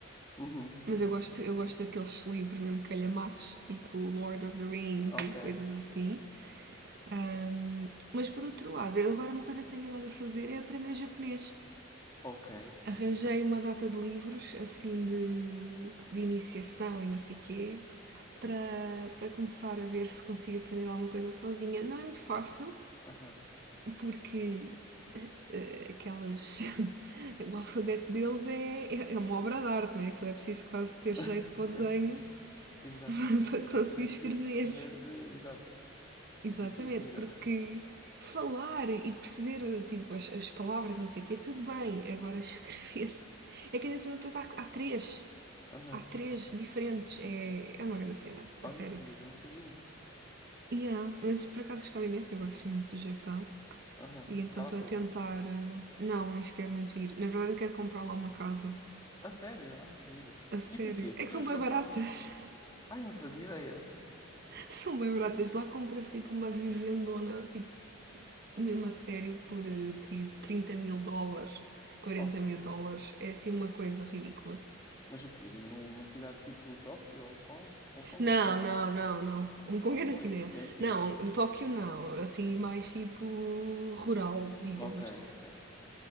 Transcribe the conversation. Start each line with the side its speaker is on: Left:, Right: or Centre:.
Left: uhum.
Right: mas eu gosto, eu gosto daqueles livros mesmo calhamaços, tipo Lord of the Rings
Left: Ok,
Right: e coisas assim. Ahm, mas por outro lado, eu agora uma coisa que tenho andado a fazer é aprender japonês.
Left: ok.
Right: Arranjei uma data de livros, assim, de, de iniciação e não sei o quê, para, para começar a ver se consigo aprender alguma coisa sozinha. Não é muito fácil,
Left: Aham.
Right: porque eh, aquelas. <laughs> o alfabeto deles é, é, é uma obra de arte, né? Aquilo é preciso quase ter
Left: <laughs>
Right: jeito para o desenho
Left: Exato.
Right: <laughs> para conseguir
Left: Aquilo é preciso
Right: escrever.
Left: perceber de, exato,
Right: Exatamente,
Left: de pintura.
Right: porque falar e perceber tipo, as, as palavras, não sei o quê, tudo bem, agora escrever. <laughs> É que ainda se há, há três.
Left: Aham.
Right: Há três diferentes. É, é uma grande cena,
Left: Olha,
Right: a sério.
Left: curioso, eu não sabia disso.
Right: Yeah, mas por acaso gostava imenso, que eu gosto imenso do Japão.
Left: Aham.
Right: E então
Left: Já lá
Right: estou
Left: foste.
Right: a tentar. eh, Não, mas quero muito ir. Na verdade, eu quero comprar lá uma casa
Left: A sério? Ah, que giro.
Right: A sério.
Left: E porquê? Porque
Right: É que são
Left: é o Japão?
Right: bem baratas.
Left: Ai, não fazia ideia.
Right: <laughs> São bem baratas. Lá compras tipo uma vivendona, tipo, mesmo a sério, por tipo trinta mil dólares, quarenta
Left: Ok.
Right: mil dólares. É assim uma coisa ridícula.
Left: Mas o quê? Numa cidade tipo Tóquio ou Hong Kong? Hong Kong
Right: Não,
Left: é China.
Right: não, não, não. Um Congo
Left: Ah,
Right: é na
Left: pois,
Right: China.
Left: é a China.
Right: Não,
Left: essa.
Right: Tóquio não. Assim, mais tipo rural, digamos.
Left: Ok, ok.